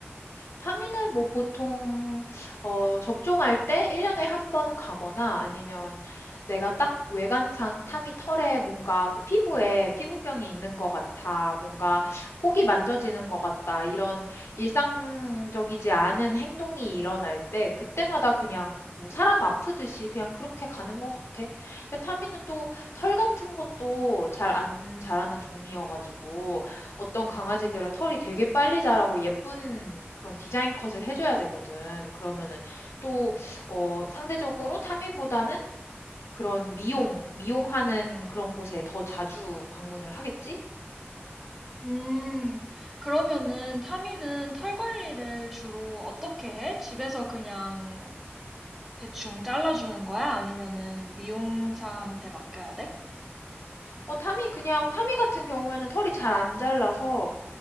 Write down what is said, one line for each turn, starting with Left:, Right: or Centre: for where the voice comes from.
Left: 타미는 뭐 보통 어, 접종할 때 1년에 한 번 가거나 아니면 내가 딱 외관상 타미 털에 뭔가 그 피부에 피부병이 있는 것 같아, 뭔가 혹이 만져지는 것 같다, 이런 일상적이지 않은 행동이 일어날 때 그때마다 그냥 뭐 사람 아프듯이 그냥 그렇게 가는 것 같아. 근데 타미는 또 털 같은 것도 잘 안 자라는 종이어가지고 어떤 강아지들은 털이 되게 빨리 자라고 예쁜 그런 디자인 컷을 해줘야 되거든. 그러면은 또, 어, 상대적으로 타미보다는 그런 미용, 미용하는 그런 곳에 더 자주 방문을 하겠지?
Centre: 음, 그러면은 타미는 털 관리를 주로 어떻게 해? 집에서 그냥 대충 잘라주는 거야? 아니면은 미용사한테 맡겨야 돼?
Left: 어, 타미 그냥, 타미 같은 경우에는 털이 잘 안 잘라서